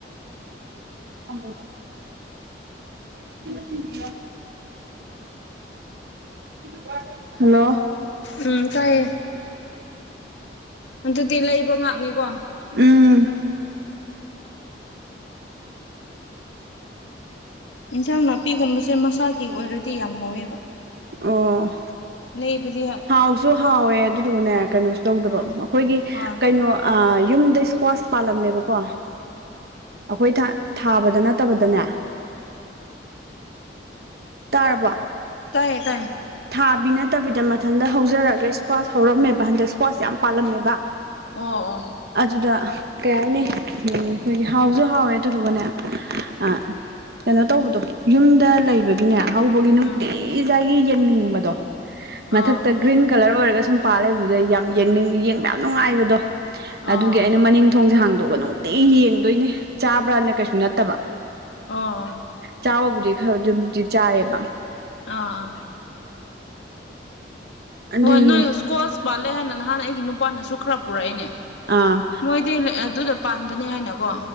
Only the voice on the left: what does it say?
ꯎꯝ ꯇꯥꯏꯌꯦ ꯑꯗꯨꯗꯤ ꯂꯩꯕ ꯉꯥꯛꯅꯤꯀꯣ
ꯏꯟꯁꯥꯡ ꯅꯥꯄꯤꯒꯨꯝꯕꯁꯦ ꯃꯁꯥꯒꯤ ꯑꯣꯏꯔꯗꯤ ꯌꯥꯝ ꯍꯧꯋꯦꯕ
ꯅꯕꯗꯤ
ꯑꯥ
ꯍꯣꯏ
ꯇꯥꯏꯌꯦ ꯇꯥꯏꯌꯦ
ꯑꯣ ꯑꯣꯥ
ꯎꯝ
ꯑꯣ
ꯑꯣ
ꯑꯣ
ꯑꯥ ꯑꯥ
ꯍꯣꯏ ꯅꯣꯏ ꯏꯁꯀꯣꯁ ꯄꯥꯜꯂꯦ ꯍꯥꯏꯅ ꯅꯍꯥꯟ ꯑꯩꯒꯤ ꯅꯨꯄꯥꯅꯁꯨ ꯈꯔ ꯄꯨꯔꯛꯏꯅꯦ
ꯃꯣꯏꯗꯤ ꯑꯗꯨꯗ ꯄꯥꯟꯕꯅꯦ ꯍꯥꯏꯅꯀꯣ